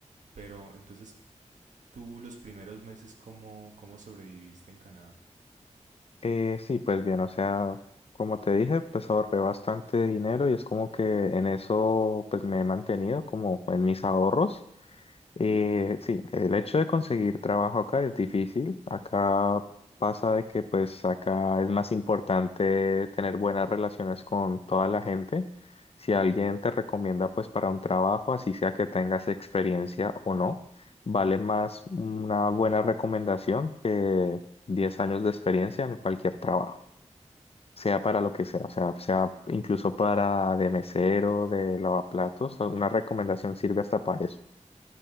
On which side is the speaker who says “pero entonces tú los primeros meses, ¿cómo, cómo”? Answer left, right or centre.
Right